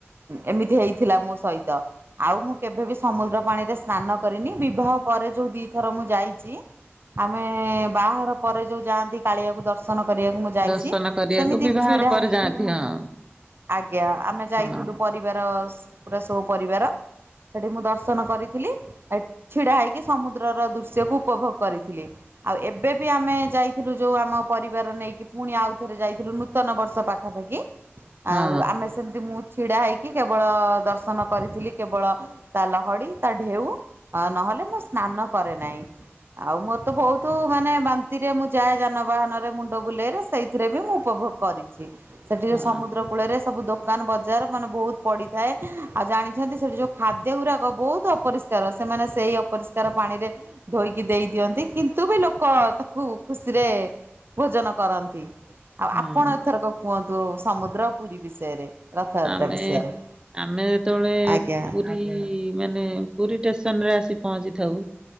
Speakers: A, on the right; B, on the right.
A: ଏମି ଥି ହେଇଥିଲା ମୋ ସହିତ। ଆଉ ମୁଁ କେଭେ ବି ସମୁଦ୍ର ପାଣିରେ ସ୍ନାନ କରିନି, ବିବାହ ପରେ ଯୋଉ ଦିଥର ମୁଁ ଯାଇଚି ଆମେ ବାହାଘର ପରେ ଯୋଉ ଯାଆନ୍ତି, କାଳିଆକୁ ଦର୍ଶନ କରିଆକୁ ମୁଁ ଯାଇଛି,
B: ଦର୍ଶନ କରିବାକୁ
A: ସେମିତି
B: ବିବାହର
A: ଛିଡା
B: ପରେ
A: ହେଇକି।
B: ଯାଆନ୍ତି ହଁ।
A: ଆଜ୍ଞା। ଆମେ ଯାଇଥିଲୁ
B: ହଁ
A: ପରିବାର ସ ପୁରା ସବୁ ପରିବାର, ସେଠି ମୁଁ ଦର୍ଶନ କରିଥିଲି ହେଇଟି ଛିଡା ହେଇକି ସମୁଦ୍ରର ଦୃଶ୍ୟକୁ ଉପଭୋଗ କରିଥିଲି। ଆଉ ଏବେ ବି ଆମେ ଯାଇଥିଲୁ ଯୋଉ ଆମ ପରିବାର ନେଇକି ପୁଣି ଆଉଥରେ ଯାଇଥିଲୁ ନୂତନ ବର୍ଷ ପାଖାପାଖି
B: ହଁ
A: ଆଉ ଆମେ ସେମତି ମୁଁ ଛିଡ଼ା ହେଇକି, କେବଳ ଦର୍ଶନ କରିଥିଲି କେବଳ ତା ଲହଡି, ତା ଢେଉ। ନହେଲେ ମୁଁ ସ୍ନାନ କରେ ନାହିଁ। ଆଉ ମୋର ତ ବହୁତୁ ମାନେ ବାନ୍ତିରେ ମୁଁ ଯାଏ ଯାନବାହନରେ ମୁଣ୍ଡ ବୁଲେଇରେ, ସେଇଥିରେ ବି ମୁଁ ଉପ ଭୋଗ କରିଚି। ସେଠି
B: ହଁ।
A: ଯୋଉ ସମୁଦ୍ର କୂଳରେ ସବୁ ଦୋକ୍ ଦୋକାନ ବଜାର ମାନେ ବହୁତ ପଡିଥାଏ। ଆଉ ଜାଣିଛନ୍ତି ସେଠି ଯୋଉ ଖାଦ୍ୟ ଗୁରାକ ବହୁତ ଅପରିଷ୍କାର। ସେମାନେ ସେହି ଅପରିଷ୍କାର ପାଣିରେ ଧୋଇକି ଦେଇଦିଅନ୍ତି। କିନ୍ତୁ ନ୍ତୁ ବି ଲୋକ ତାକୁ ଖୁସିରେ ଭୋଜନ କରନ୍ତି। ଆଉ
B: ହଁ
A: ଆପଣ ଏଥରକ କୁହନ୍ତୁ, ସମୁଦ୍ର ପୁରୀ ବିଷୟରେ, ରଥଯାତ୍ରା
B: ଆମେ
A: ବିଷୟରେ।
B: ଆମେ ଯେତେବଳେ
A: ଆଜ୍ଞା
B: ପୁରୀ ମାନେ ପୁରୀ ଟେସନରେ ଆସି ପହଞ୍ଚି ଥାଉ,